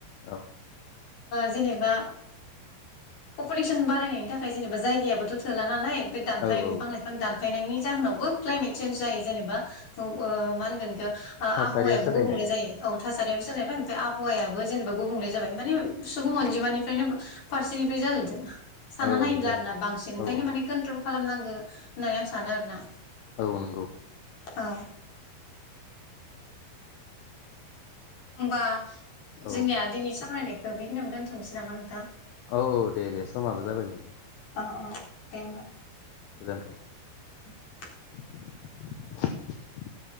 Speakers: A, on the left; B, on the left.
A: औ।
B: जेनेबा पपुलेसन बारायनायनि थाखाय जेनेबा जायगायाबोथ' थोला नालाय। बे दानफां
A: औ
B: बिफां
A: औ
B: लाइफां दान। खाखायनायनि जाहोनावबो क्लाइमेट चेन्ज जायो जेनेबा मा होनगोन। आबहावायाबो
A: थासारिया सोलायनाय
B: गुबुंले जायो औ। थासारियाबोोलायबाय म आहावायाबो जेनेबा गुबुंल जाबाय। मान सुबुं अनजिमानिफ्रायनो फारसेनिफ्राय जाजोबदो। सानना
A: औ
B: नायिरला
A: औ जाय
B: आरो ना बांसिन ओंखायनो
A: औ औ
B: मानेट्रल खालामनांगो होननानै आं सानो आरोना।
A: औ नंगौ।
B: औ होमबा
A: औ
B: जोंनिया दिनै सावरायनाय बेखिनियावनो दोनथ'सै नामा नोंथां?
A: औ औ दे दे समाबो जाबायमोन।
B: अ दे होमबा
A: गोजोन्थों।
B: <inaudible>
A: <inaudible>